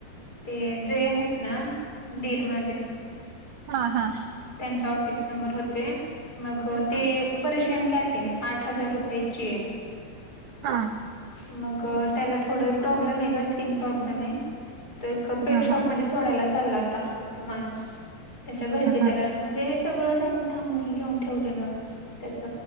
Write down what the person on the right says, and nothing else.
हा हा
हा हा
हां.
हा हा
हा